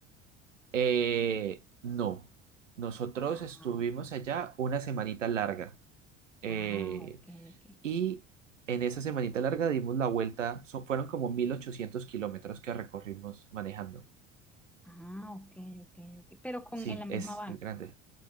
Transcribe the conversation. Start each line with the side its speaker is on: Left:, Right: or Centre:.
Right: Eh, no, nosotros
Centre: Ah,
Right: estuvimos
Centre: ok.
Right: allá una semanita larga eh,
Centre: Ah, ok, ok.
Right: y en esa semanita larga dimos la vuelta, so- fueron como 1800 kilómetros que recorrimos manejando.
Centre: Ah, ok, ok, ok. Pero con,
Right: Sí,
Centre: en la misma
Right: es, es grande.